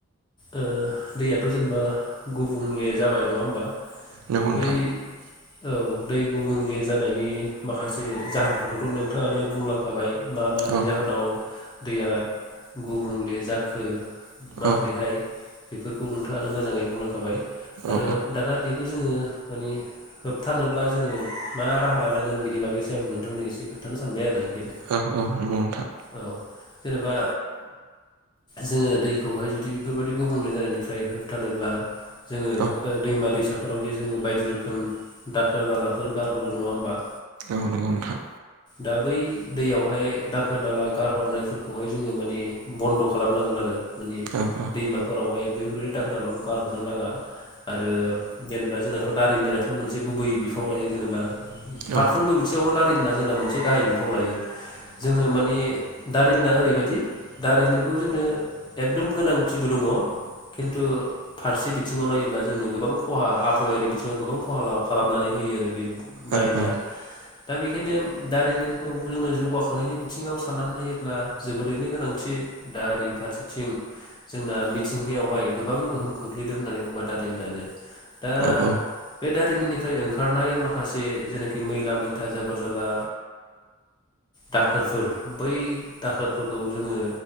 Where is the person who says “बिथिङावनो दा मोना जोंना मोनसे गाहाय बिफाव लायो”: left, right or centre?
Left